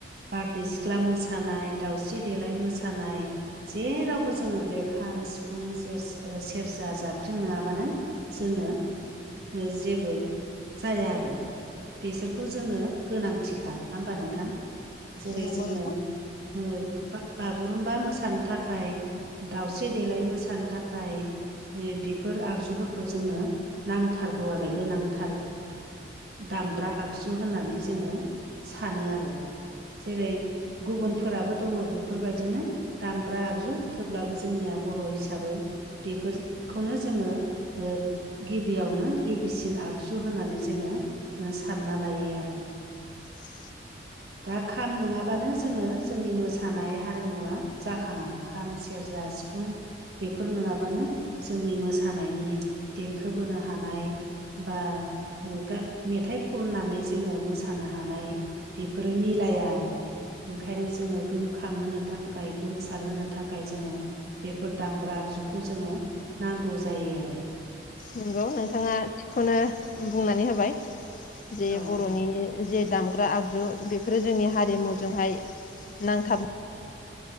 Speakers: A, on the right (about 60°); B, on the left (about 45°).
A: बारदै सिख्ला मोसानाय दाउस्रि देलाय मोसानाय जेरावबो जोङो बे खाम सिफुं सेर सेरजा जाबख्रिं नङाबानो जोङो ओ जेबो जाया आरो। बिसोरखौ जोङो गोनांथिखा नङा होमबा नोंथां? जेरै
B: नंगौ
A: जोङो
B: नोंथां
A: ओ बा बागुरुम्बा मोसान थाखाय दाउस्रि देलाय मोसानो थाखाय इ बेफोर आगजुफोरखौ जोंनो नांथारगौ आरो गोनांथार। दामग्रा आगजु होननानै जोङो सानो आरो। जेरै गुबुन फोराबो दङ बेफोर बायदिनो। दामग्रा आगजु थेवब्लाबो जोंनिया बर' हिसाबै बेफोर खौनो जोङो ओ गिबियावनो गिबिसिन आगजु होननानै जोङो उ सानना लायो आरो।
B: <unintelligible>
A: दा खाम नङाबानो जोङो जोंनि मोसानाय हारिमुवा जाखाङा खाम सेरजा सिफुं बेफोर नङाबानो जोंनि मोसानायनि देंखो बोनो हानाय बा ओ गा मेथाइ खननानै जोङो मोसानो हानाय। बेफोरो मिलाया आरो ओंखायनो जोङो गोमखां होनो था गोमसार होनो थाखाय जोङो बेफोर दामग्रा आगजुखौ जोङो नांगौ जायो आरो।
B: नंगौ नोंथाङा थिग खौनो बुंनानै होबाय जे
A: औ
B: बर'नि जे दामग्रा आगजु बेफोरो जोंनि हारिमुजों हाय नांथाब